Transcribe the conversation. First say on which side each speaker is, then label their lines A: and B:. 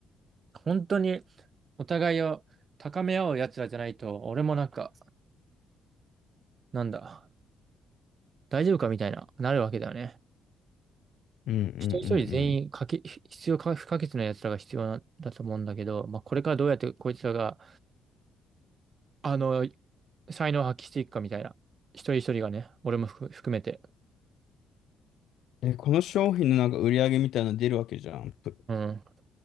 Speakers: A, on the right (about 45°); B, on the left (about 75°).
A: 本当に、お互いを高め合うやつらじゃないと、俺もなんか、なんだ、大丈夫かみたいな、なるわけだよね。
B: うんうんうん
A: 一人一人全員かけ、必要か不可欠なやつらが必要なだと思うんだけど、まあ、これからどうやってこいつらが、あの、才能を発揮していくかみたいな。一人一人がね、俺も含含めて。
B: うん。え、この商品のなんか売り上げみたいなの出るわけじゃん。ぷ
A: うん。